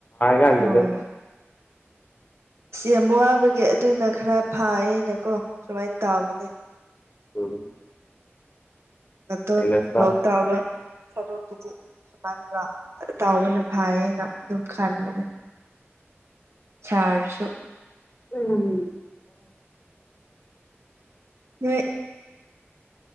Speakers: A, on the left (about 35°); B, on the right (about 70°).
A: ꯀꯥꯟꯁꯤꯗ
B: ꯍꯣꯏ ꯑꯁ ꯌꯥꯝ ꯋꯥꯕꯒꯤ ꯑꯗꯨꯅ ꯈꯔ ꯐꯥꯏꯌꯦꯅꯀꯣ ꯁꯨꯃꯥꯏꯅ ꯇꯥꯎꯕꯅꯦ
A: ꯎꯝ
B: ꯃꯇꯣꯟ
A: ꯍꯩꯅꯁ
B: ꯂꯣꯛꯇꯥꯕꯔꯣꯛꯀꯤꯗꯤ ꯁꯨꯃꯥꯏꯗꯣꯇꯥꯎꯕꯅ ꯐꯥꯏꯌꯦꯅ ꯑꯗꯨꯝ ꯈꯟꯕꯅꯦ ꯆꯥꯔꯁꯨ
A: ꯎꯝ
B: ꯎ